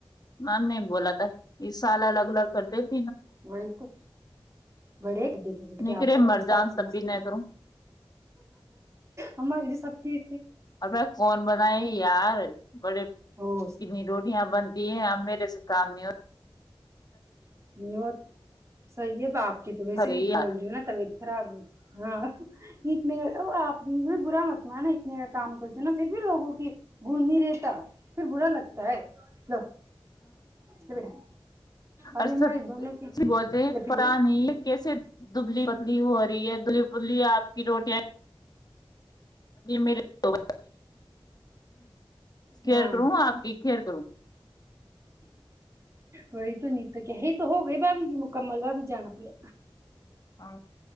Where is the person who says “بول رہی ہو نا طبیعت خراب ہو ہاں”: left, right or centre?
Right